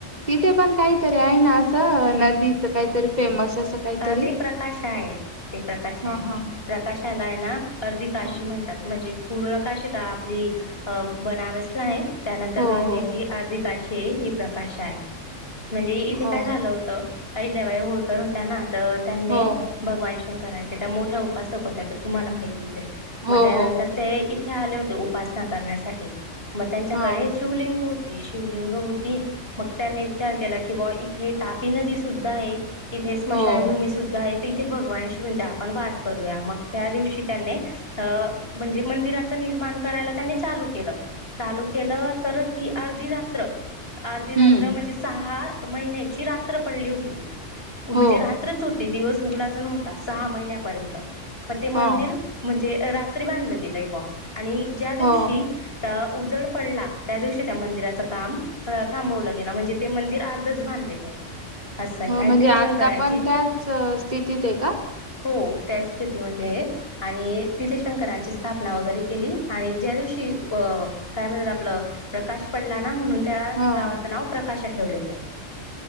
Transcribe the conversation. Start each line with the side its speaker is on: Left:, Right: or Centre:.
Right: तिथे पण काहीतरी आहे ना असं नदीच काहीतरी फेमस असं काहीतरी?
Left: अ ते प्रकाश आहे ते प्रकाश
Right: हां,
Left: आहे
Right: हां,
Left: प्रकाशाला आहे ना अर्धी काशी
Right: हां.
Left: म्हणतात म्हणजे पूर्ण काशी तर आपली अ बनारसला आहे त्यानंतर
Right: हो, हो,
Left: ह जी अर्धी काशी हे- हे प्रकाश आहे म्हणजे इथे
Right: हो,
Left: काय झालं होतं अहिल्याबाई होळकर हो त्या, तर त्यांनी
Right: हो,
Left: भगवान शंकरांचे त्या मोठ्या उपासक होत्या तुम्हाला माहितीचये.
Right: हो,
Left: मग त्यानंतर
Right: हो.
Left: ते इथे आले होते उपासना करण्यासाठी मग त्यांच्याकडे
Right: हां,
Left: शिवलिंग शिवलिंग होती मग त्याने विचार केला की बा इथे तापी नदी सुद्धा आहे. इथे स्मशानभूमी
Right: हो.
Left: सुद्धा आहेत. इथे भगवान शिव म्हणजे आपण वास करूया मग त्या दिवशी त्यांनी म्हणजे मंदिरा निर्माण करायला त्यांनी चालू केलं -चालू केलं तर ही अर्धी रात्र- अर्धी रात्र
Right: हं,
Left: म्हणजे सहा महिन्याची रात्र पडली होती ती, म्हणजे
Right: हो,
Left: रात्रच हो ते दिवस उगलाज नवता सहा महिन्यापर्यंत मग ते मंदिर
Right: हां,
Left: म्हणजे रात्री बांधलं गेलंय ब्यो आणि ज्या दिवशी
Right: हो,
Left: उजड पडला त्या दिवशी त्या मंदिराच काम थांबवलं गेलं म्हणजे ते मंदिर अर्धच बांधलेलं आहे असं आहे
Right: हो. म्हणजे
Left: तिथे
Right: आता
Left: शंकरांची
Right: पण त्याच स्थितीत आहे का?
Left: हो त्याच स्थितीमध्ये आणि तिथे शंकरांची स्थापना वगैरे केली आणि ज्या दिवशी कि व... काय म्हणतात आपल प्रकाश पडला ना म्हणून त्या
Right: हां.
Left: गावाचं नाव प्रकाशा ठेवलेलं आहे,